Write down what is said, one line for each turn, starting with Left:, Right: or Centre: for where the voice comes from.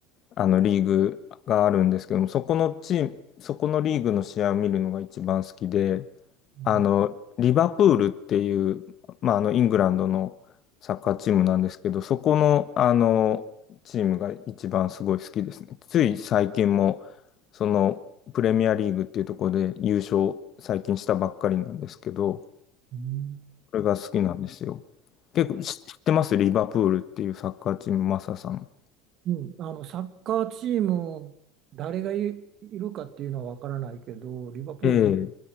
Left: あのリーグがあるんですけども、そこのチーム、そこのリーグの試合を見るのが一番好きで、
Right: う
Left: あの、リバプールっていう、まあ、あの、イングランドのサッカーチームなんですけど、そこの、あの、チームが一番すごい好きですね。つい最近も、その、プレミアリーグっていうところで優勝最近したばっかりなんですけど、
Right: ん
Left: これが好きなんですよ。結構し知ってますリバプールっていうサッカーチーム、マサさん。
Right: うん、あの、サッカーチーム、誰がい、いるかっていうのは分からないけど、リバプール、
Left: ええ、